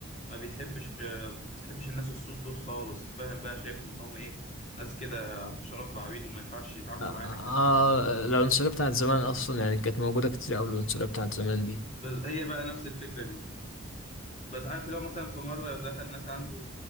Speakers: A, on the left; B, on the left.
A: ما بيحبش آه، ما بيحبش الناس السود دول خالص فاهم بقى شايفهم ان هم ايه ناس كده حشرات وعبيد وما ينفعش يتعاملوا
B: آه
A: معانا
B: آه،
A: كده
B: العنصرية بتاعت زمان أصلا يعني كانت موجودة كتير أوي العنصرية بتاعت زمان دي
A: بس هي بقى نفس الفكرة دي بس عارف لو مثلا في مرة دخل ناس عنده